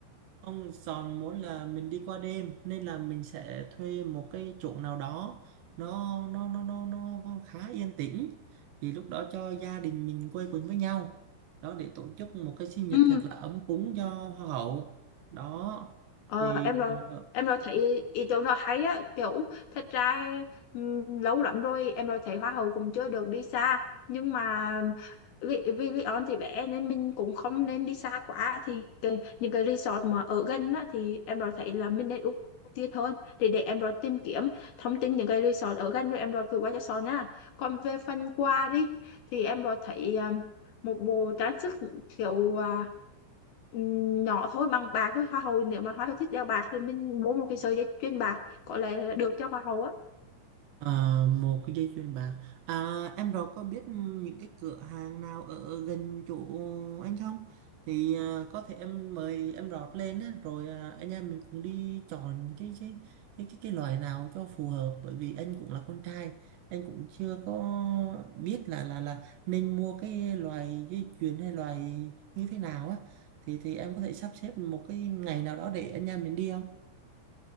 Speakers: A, on the right (about 70°); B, on the left (about 60°).
A: Ông Giòn muốn là mình đi qua đêm nên là mình sẽ thuê một cái chỗ nào đó nó nó nó nó nó khá yên tĩnh thì lúc đó cho gia đình mình quây quần với nhau đó để tổ chức một cái sinh nhật
B: ừ
A: thật là ấm cúng cho hoa hậu đó
B: Ờ,
A: thì
B: em rồi
A: ờ,
B: em rồi thấy ý ý tưởng nó hay á kiểu thật ra ừm, lâu lắm rồi em rồi thấy hoa hậu cũng chưa được đi xa nhưng mà vì vì Leon thì bé nên mình cũng không nên đi xa quá thì cái, những cái resort mà ở gần á thì em rồi thấy là mình nên ưu tiên hơn thì để em rồi tìm kiếm thông tin những cái resort ở gần rồi em rồi gửi qua cho Son á còn về phần quà đi thì em rồi thấy à, một bộ trang sức kiểu à, ừm, nhỏ thôi bằng bạc thôi hoa hậu nếu mà hoa hậu thích đeo bạc thì mình mua một cái sợi dây chuyền bạc có lẽ là được cho hoa hậu á
A: Ờ, một cái dây chuyền bạc à, em rồi có biết những cái cửa hàng nào ở gần chỗ anh không thì à, có thể em mời em rót lên á, rồi à, anh em mình cùng đi chọn cái cái cái cái, cái loại nào cho phù hợp bởi vì anh cũng là con trai anh cũng chưa có biết là là là nên mua cái loại dây chuyền hay loại như thế nào á thì thì em có thể sắp xếp một cái ngày nào đó để anh em mình đi không